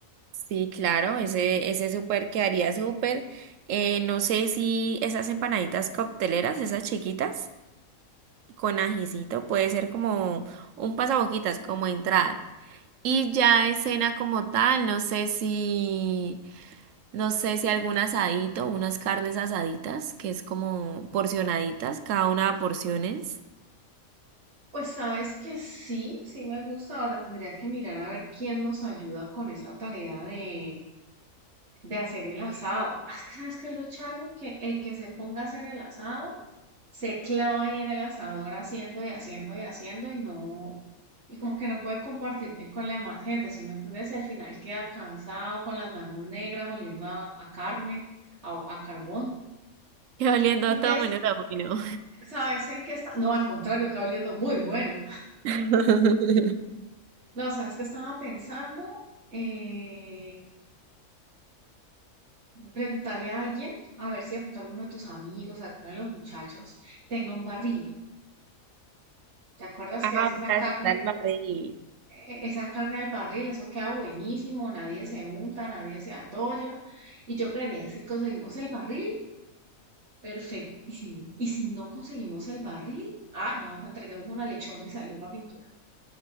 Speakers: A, on the right; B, on the right.
A: Sí, claro, ese, ese súper quedaría súper. Eh, no sé si esas empanaditas cocteleras, esas chiquitas, con ajicito, puede ser como un pasaboquitas, como entrada. Y ya de cena como tal, no sé si. No sé si algún asadito, unas carnes asaditas, que es como porcionaditas, cada una a porciones.
B: Pues sabes que sí, sí me gusta. Ahora tendría que mirar a ver quién nos ayuda con esa tarea de, de hacer el asado. Ah, Es que sabes que lo charro, que el que se ponga a hacer el asado se clava ahí en el asador haciendo y haciendo y haciendo y no, Y como que no puede compartirte con la demás gente, ¿sí me entiendes? Y al final queda cansado, con las manos negras, oliendo a, a carne, a, a carbón.
A: <laughs> y oliendo
B: Entonces,
A: a todo menos a bueno.
B: ¿sabes en qué está? No, al contrario, queda oliendo muy bueno.
A: <laughs>
B: No, ¿sabes qué estaba pensando? Eh, preguntarle a alguien, a ver si de pronto alguno de tus amigos, alguno de los muchachos, tenga un barril. ¿Te acuerdas
A: Ah,
B: que es esa
A: para
B: carne,
A: sentar el barril.
B: eh, esa carne del barril, eso queda buenísimo, nadie se unta, nadie se atolla. Y yo creería, si conseguimos el barril, Perfectísimo. Y si no conseguimos el barril, ay, no, entreguemos una lechona y salió para pintura.